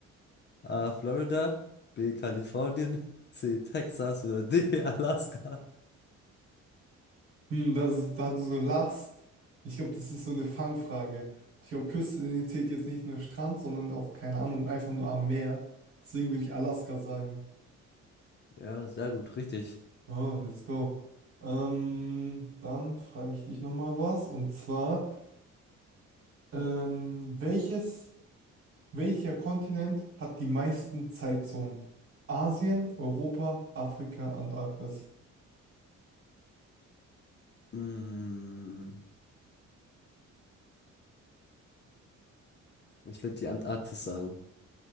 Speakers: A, on the left; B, on the right.
A: A. Florida. B. Kalifornien. C. Texas oder D. <laughs> Alaska.
B: Hm, das ist, da du so Last. Ich glaube, das ist so eine Fangfrage. Ich glaube, Küste zählt jetzt nicht nur Strand, sondern auch, keine Ahnung, einfach nur am Meer. Deswegen würde ich Alaska sagen.
A: Ja, sehr gut, richtig.
B: Oh, let's go. Ähm, dann frage ich dich nochmal was. Und zwar. Ähm, welches, welcher Kontinent hat die meisten Zeitzonen? Asien, Europa, Afrika, Antarktis.
A: Hm, ich würde die Antarktis sagen.